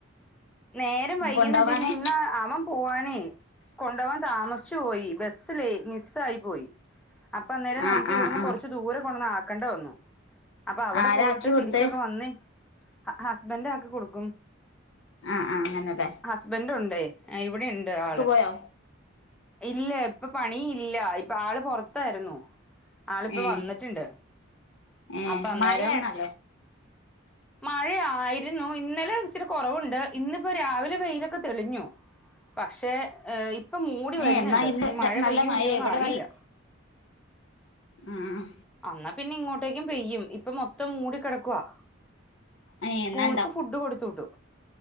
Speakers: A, in the centre; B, on the left (about 65°).
A: നേരം
B: ഇന്ന്
A: വൈകീന്ന്
B: കൊണ്ടോവാന്
A: വെച്ച കഴിഞ്ഞാ ഇന്ന് അവൻ പോവാനെ കൊണ്ടവാൻ താമസ്ച്ചു പോയി. ബസ്സ് ലേ മിസ്സായി പോയി. അപ്പ അന്നേരം
B: ആ
A: നമുക്ക്
B: ആ
A: ഇവിടെന്ന്
B: ആ
A: കൊറച്ച് ദൂര കൊണ്ടന്ന് ആക്കണ്ട വന്നു. അപ്പ അവിടെ
B: ആരാ
A: പോയിട്ട്
B: ആക്കി കൊടുത്തേ
A: തിരിച്ചൊക്കെ വന്നി ഹസ്ബന്റ് ആക്കി കൊടുക്കും.
B: ആഹ് ആഹ് അങ്ങനെതെ
A: ഹസ്ബന്റ് ഉണ്ടേ ഏഹ് ഇവിടെണ്ട് ആള്.
B: പോയോ
A: ഇല്ല ഇപ്പ പണി ഇല്ല ഇപ്പ ആള് പൊറത്തായിര്ന്നു. ആള് ഇപ്പ
B: ഏ
A: വന്നിട്ടുണ്ട്.
B: ഏ
A: അപ്പ അന്നേരം
B: മഴയാണല്ലോ
A: മഴ ആയിര്ന്നു. ഇന്നലെ ഇച്ചിരി കൊറവ്ണ്ട്. ഇന്നിപ്പോ രാവിലെ വെയിലൊക്കെ തെളിഞ്ഞോ? പക്ഷേ ഏഹ് ഇപ്പം മൂടി വര്ന്ന്ണ്ട്.
B: ഏ എന്നാ ഇന്ന്
A: ഇനി മഴ
B: നല്ല
A: പെയ്യോ ഇല്ലോന്ന്
B: ഇവിടെ
A: അറിയില്ല.
B: മ്മ്
A: അന്നാ പിന്നെ ഇങ്ങോട്ടേക്കും പെയ്യും. ഇപ്പ മൊത്തം മൂടിക്കെടക്കുവാ.
B: ഏ
A: സ്കൂൾക്ക്
B: എന്നാ
A: ഫുഡ് കൊടുത്തു വിട്ടു.